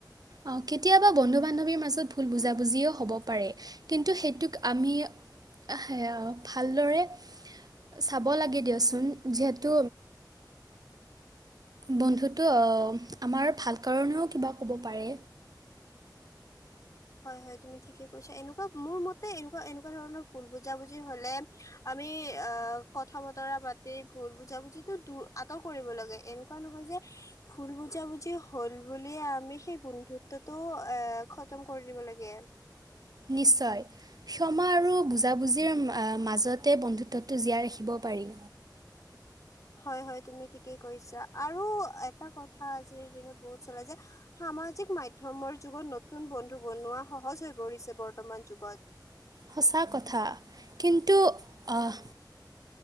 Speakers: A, on the right; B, on the left.
A: অ', কেতিয়াবা বন্ধু বান্ধৱীৰ মাজত, ভুল বুজাবুজিও হ'ব পাৰে। কিন্তু সেইটোক আমি, এ ভালদৰে চাব লাগে দিয়াচোন, যিহেতু বন্ধুতো আমাৰ ভাল কাৰণেও কিবা ক'ব পাৰে।
B: হয় হয়, তুমি ঠিকে কৈছা, এনেকুৱা মোৰ মতে এনেকুৱা, এনেকুৱা ধৰণৰ ভুল বুজাবুজি হ'লে, আমি আহ কথা বতৰা পাতি, ভুল বুজা বুজিতো দুৰ, আঁতৰ কৰিব লাগে, এনেকুৱা নহয় যে ভুল বুজাবুজি হ'ল বুলিয়েই আমি সেই বন্ধুত্বটোও খতম কৰি দিব লাগে।
A: নিশ্চয়। ক্ষমা আৰু বুজাবুজিৰ মাজতে বন্ধুত্বটো জীয়াই ৰাখিব পাৰি।
B: হয় হয়, তুমি ঠিকেই কৈছা, আৰু এটা কথা আজিৰ দিনত বহুত চলে যে সামাজিক মাধ্যমৰ যুগত নতুন বন্ধু বনোৱা সহজ হৈ পৰিছে, বৰ্তমান যুগত।
A: সঁচা কথা, কিন্তু আহ